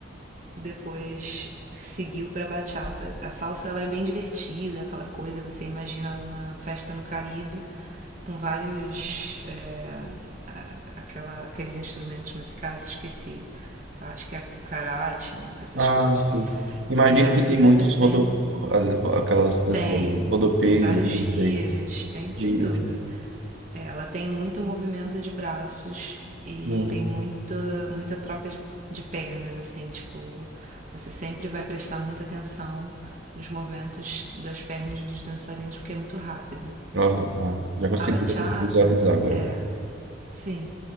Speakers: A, on the right (about 40°); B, on the right (about 80°).
A: depois seguiu para bachata. A salsa ela é bem divertida, aquela coisa, você imagina uma festa no Caribe com vários é, aquela, aqueles instrumentos musicais, esqueci. Acho que é o karate, essas
B: Ah,
A: coisas.
B: sim. Imagino
A: E ali
B: que tem
A: você
B: muitos
A: tem
B: rodo... as- aquelas dançarinas,
A: Tem,
B: rodopeios,
A: tem vários
B: né,
A: giros,
B: não sei,
A: tem, tem
B: giros.
A: tudo.
B: e-
A: É, ela tem muito movimento de braços e
B: Hum,
A: tem muita, muita troca de, de pernas, assim, tipo, você sempre vai prestar muita atenção nos movimentos das pernas dos dançarinos porque é muito rápido.
B: olha, ah, já consigo,
A: A bachata,
B: já consigo visualizar agora.
A: é, sim.